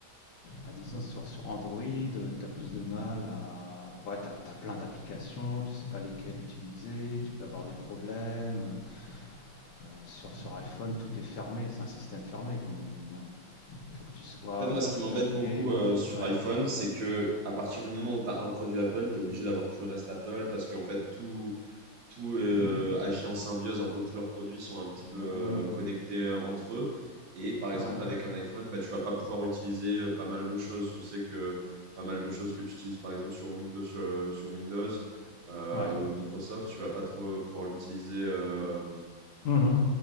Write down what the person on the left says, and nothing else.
bah, disons sur, sur Android, tu as plus de mal à, ouais, t'as, t'as plein d'applications, tu sais pas lesquelles utiliser, tu peux avoir des problèmes. Euh, sur, sur iPhone, tout est fermé, c'est un système fermé comme on dit. hein. Il faut que tu sois
euh,
catalogué.
euh,
ouais.
Hein
non,
non.
Ouais.
Ouais.
Mmh